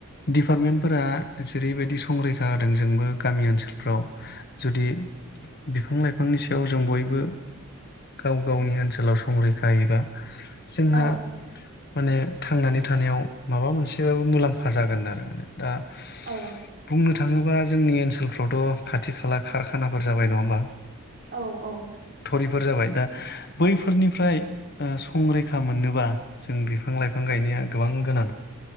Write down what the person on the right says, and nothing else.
औ
औ
औ औ